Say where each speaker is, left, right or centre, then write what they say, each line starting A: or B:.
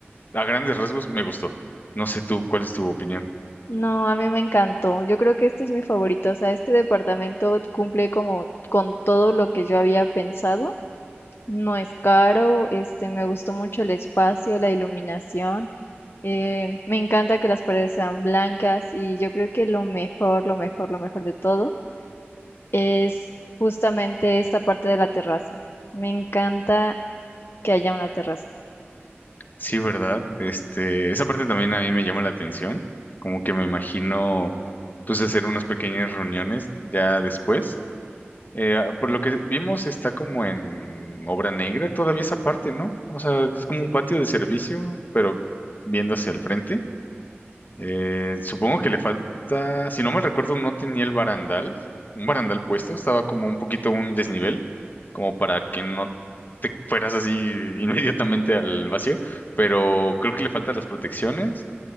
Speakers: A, on the left; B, on the left.
A: a grandes rasgos me gustó. No sé tú, ¿cuál es tu opinión?
B: No, a mí me encantó. Yo creo que este es mi favorito. O sea, este departamento cumple como con todo lo que yo había pensado. No es caro, este, me gustó mucho el espacio, la iluminación. Eh, me encanta que las paredes sean blancas y yo creo que lo mejor, lo mejor, lo mejor de todo es justamente esta parte de la terraza. Me encanta que haya una terraza.
A: Sí, ¿verdad? Este, esa parte también a mí me llama la atención. Como que me imagino, pues, hacer unas pequeñas reuniones ya después Eh, ah, por lo que vimos, está como en obra negra todavía esa parte, ¿no? O sea, es como un patio de servicio, pero viendo hacia el frente. Eh, supongo que le falta, si no mal recuerdo, no tenía el barandal, un barandal puesto, estaba como un poquito un desnivel, como para que no te fueras así <laughs> inmediatamente al vacío, pero creo que le faltan las protecciones.